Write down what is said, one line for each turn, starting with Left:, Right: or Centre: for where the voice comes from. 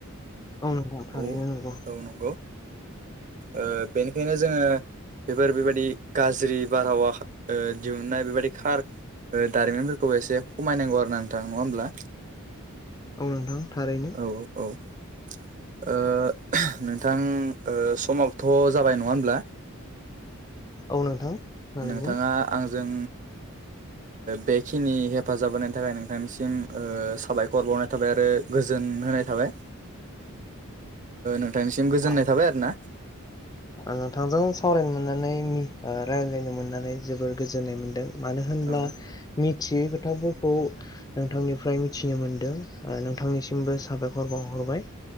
Left: औ नोंथां थारैनो
Right: औ
Left: नंगौ
Right: औ नंगौ ओ बेनिखायनो जोंङो बेफोर बेबायदि गाज्रि बारहावा दिहुननाय बेबायदि खार दारिमिनफोरखौबो एसे खमायनांगौ आरो ना नोंथां नंङा होमब्ला
Left: औ नोंथां थारैनो
Right: औ - औ - ओ नोंथां समावथ' जाबाय नङा होमब्ला
Left: औ नोंथां थारैनो
Right: नोंथाङा आंजों बेखिनि हेफाजाब होनायनि थाखाय नोंथांनिसिम साबायखर बावनाय थाबाय आरो गोजोन होनाय थाबाय नोंथांनिसिम गोजोननाय
Left: औ
Right: थाबाय आरो ना
Left: आं नोंथांजों सावरायनो मोननानै रायज्लायनो मोननानै जोबोर गोजोननाय मोन्दों मानो होनब्ला
Right: औ
Left: मि थियै खोथाफोरखौ नोंथांनिफ्राय मिथिनो मोन्दों नोंथांनिसिमबो साबायखर बावहर थाबाय